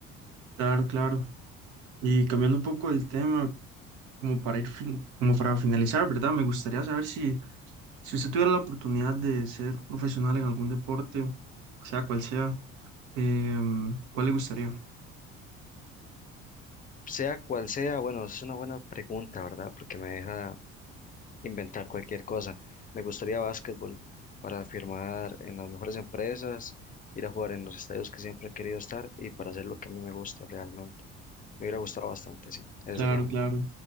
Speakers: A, on the right; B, on the left.
A: Claro, claro. Y cambiando un poco el tema. como para ir, fin- como para finalizar, ¿verdad? Me gustaría saber si, si usted tuviera la oportunidad de ser profesional en algún deporte, sea cual sea, em, ¿cuál le gustaría?
B: Sea cual sea, bueno, esa es una buena pregunta, ¿verdad? Porque me deja inventar cualquier cosa. Me gustaría básquetbol para firmar en las mejores empresas, ir a jugar en los estadios que siempre he querido estar y para hacer lo que a mí me gusta realmente. Me hubiera gustado bastante, sí. Esa
A: Claro,
B: sería
A: claro.
B: mi,